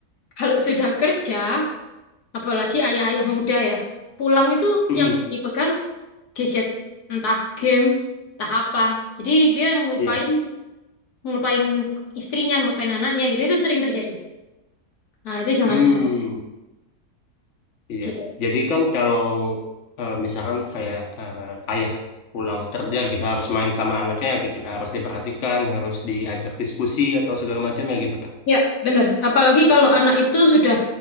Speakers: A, on the left; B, on the left.
A: kalau sudah kerja, apalagi ayah-ayah muda ya, pulang itu
B: hmm,
A: yang dipegang gadget, entah game, entah apa. Jadi dia ngelupain
B: iya.
A: ngelupain istrinya, ngelupain anaknya gitu. Itu sering terjadi. Nah, itu jangan
B: Hmm.
A: sampai
B: Iya,
A: gitu.
B: jadi kan kalau eh, misalkan kayak eh, ayah pulang kerja kita harus main sama anaknya gitu kan, harus diperhatikan, harus diajak diskusi atau segala macam ya gitu kan.
A: Ya, bener. Apalagi kalau anak itu sudah